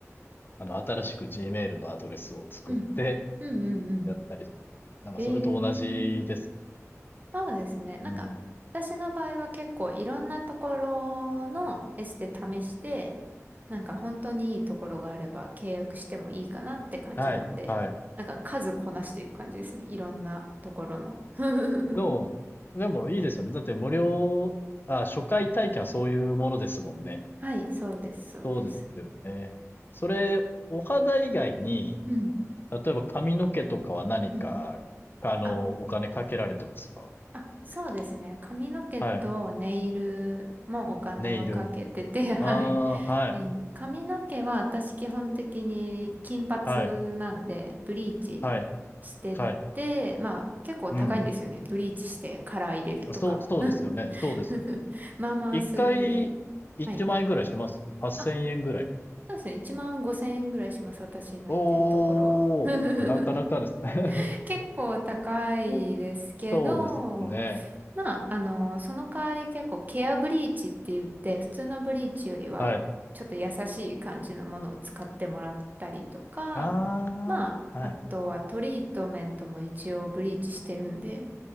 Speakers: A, on the left; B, on the right.
A: あの、新しく Gmail のアドレスを作って
B: うん、うんうんうん。
A: やったりして、なんかそれと同じです。
B: ええー、そうですね。なんか、
A: うん。
B: 私の場合は結構いろんなところのエステ試して、なんか本当にいいところがあれば契約してもいいかなって感じなんで、
A: はい。はい。
B: なんか数こなしていく感じですね。いろんなところの。<laughs>
A: の、でもいいですよね。だって無料、あ、初回体験はそういうものですもんね。
B: はい、そうです、そうです。
A: そうですよね。それ、お肌以外に、
B: うん
A: 例えば髪の毛とかは何か、
B: うん
A: あの、
B: あ
A: お金かけられてますか
B: あそうですね。髪の毛とネイルもお金はかけてて、
A: はい。ネイル。
B: <laughs> はい。
A: ああ、はい。
B: えー髪の毛は私基本的に金髪なんで、
A: はい。
B: ブリーチ
A: はい。
B: してて、
A: はい。
B: まあ結構高いんですよね。
A: うん。
B: ブリーチしてカラー入れるとか。
A: そう、そうですよね。そうです。
B: <laughs> まあまあするんで。
A: 1回1万円ぐらいします？8000円ぐらい。
B: はい。あ、そうですね。1万5千円ぐらいします。私の行ってるところは。
A: おお、
B: <laughs>
A: なかなかですね。
B: 結構高いですけど、
A: <laughs> そうですね。
B: まあ、あのーその代わり結構ケアブリーチって言って、普通のブリーチよりは、
A: はい。
B: ちょっと優しい感じのものを使ってもらったりとか、
A: ああ、
B: まあ、
A: はい。
B: あとはトリートメントも一応ブリーチしてるんで、